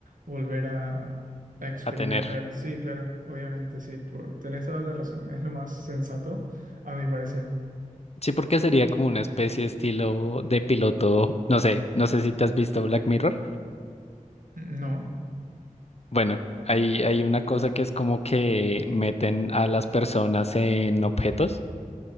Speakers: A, on the right; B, on the left.
A: volver a, a experimentar.
B: A tener.
A: Sí, claro, obviamente sí, por, tenés toda la razón. Es lo más sensato, a mi parecer.
B: Sí, porque sería como una especie estilo de piloto, no sé, no sé si te has visto Black Mirror.
A: No,
B: Bueno, hay, hay una cosa que es como que meten a las personas en objetos